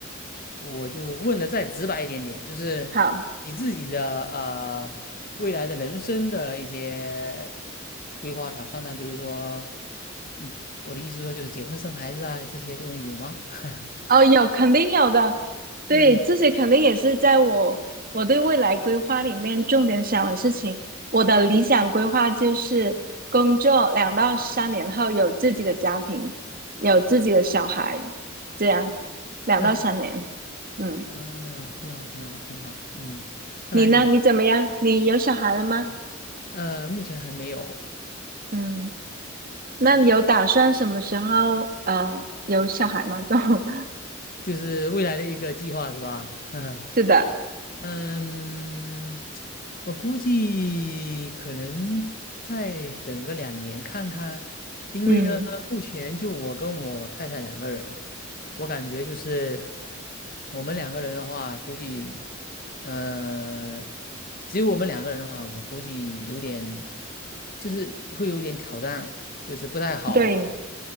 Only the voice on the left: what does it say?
我就问的再直白一点点，就是你自己的呃未来的人生的一些
规划打算呢，比如说，嗯，我的意思说就是结婚生孩子啊这些东西有吗？<laughs>
嗯，
那挺
啊，挺好，挺好，挺好。嗯，看来你还
呃，目前还没有，
就是未来的一个计划是吧？<laughs> 呵呵。
嗯，我估计可能再等个两年看看，因为呢，
目前就我跟我太太两个人，我感觉就是我们两个人的话，估计呃，只有我们两个人的话，我估计有点就是会有点挑战，就是不太好，